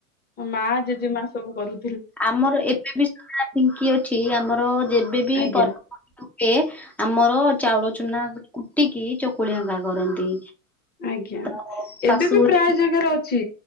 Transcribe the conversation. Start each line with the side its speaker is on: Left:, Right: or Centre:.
Left: ମା, ଜେଜେମା ସବୁ କରୁ
Centre: ଆମର ଏବେ ବି ସେଭଳିଆ ଢିଙ୍କିଅଛି, ଆମର ଯେବେବି
Left: ଆଜ୍ଞା
Centre: ପର୍ ସେ ଆମର ଚାଉଳ ଚୁନା କୁଟିକି ଚକୁଳି ହଙ୍କା କରନ୍ତି।
Left: ଆଜ୍ଞା
Centre: ତ
Left: ଏବେ
Centre: ଶାଶୁ
Left: ବି
Centre: ଘରେ
Left: ପ୍ରାୟ ଜାଗାରେ ଅଛି,